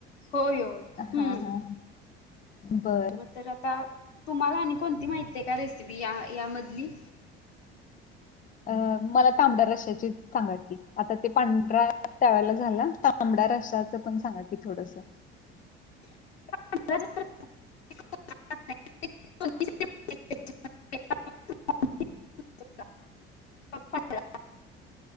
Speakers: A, on the left (about 85°); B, on the left (about 30°).
A: होय होय हम्
B: हां, हां. बरं.
A: मग आता... तुम्हाला आणि कोणती माहिती का रेसिपी यामधली...
B: अ मला तांबड्या रस्साची सांगाी आता ते पांढरा त्यावेळेला झाला तांबड... रस्साच पण सांगा की थोडस...
A: <unintelligible> <unintelligible> <unintelligible>